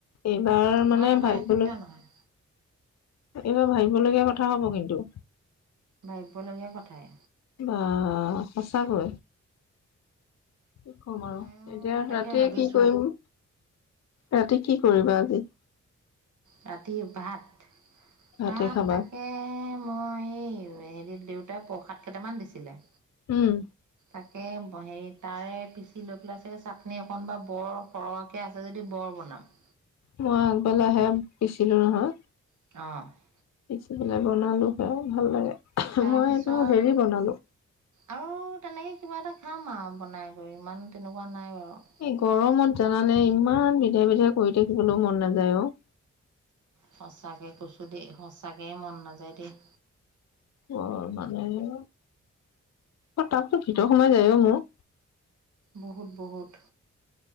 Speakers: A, on the left; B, on the right.
A: এইবাৰ মানে
B: হয় হয়
A: ভাৱিবলৈ
B: কিয় নহয়
A: এইবাৰ ভাবিবলগীয়া কথা হ'ব কিন্তু।
B: ভাবিবলগীয়া কথাই।
A: বা! সঁচাকৈ। কি কম আৰু,
B: ময়ো
A: এতিয়া ৰাতিয়ে
B: তাকে ভাবিছোঁ
A: কি কৰিম, ৰাতি কি কৰিবা আজি?
B: ৰাতি ভাত-
A: ভাতে
B: ভাত
A: খাবা
B: তাক এই, মই এই দেউতাই প্ৰসাদ কেইটামান দিছিলে।
A: উম।
B: তাকে হেৰি, তাৰে পিচি পেলাই চাগৈ চাটনি অকণমান বৰ আছে যদি, বৰ বনাম।
A: মই আগবেলা হেইয়া পিছিলোঁ নহয়।
B: অ'
A: পিছি পেলাই বনালোঁ, হে ভাল লাগে।
B: তাৰপিছত
A: মই এইটো হেৰি বনালোঁ।
B: আৰু তেনেকৈ কিবা এটা খাম আৰু বনাই কৰি ইমান তেনেকুৱা নাই বাৰু।
A: এই গৰমত জানানে ইমান বিধাই বিধাই কৰি থাকিবলৈও মন নাযায় অ'।
B: সঁচাকৈ কৈছোঁ দেই, সঁচাকৈ মন নাযায় দেই।
A: অ' মানে আহিব। অ' তাপতো ভিতৰত সোমাই যায় অ' মোৰ।
B: বহুত বহুত।